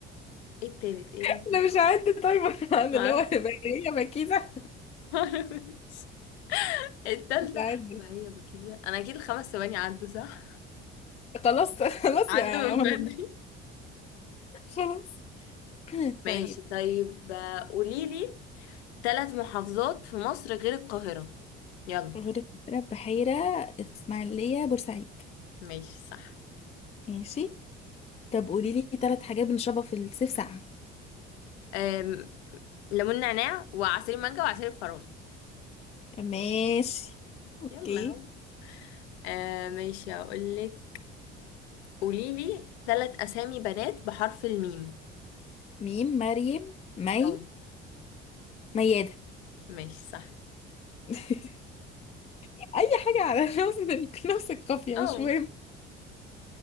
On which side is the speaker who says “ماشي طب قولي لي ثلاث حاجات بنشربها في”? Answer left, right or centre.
Left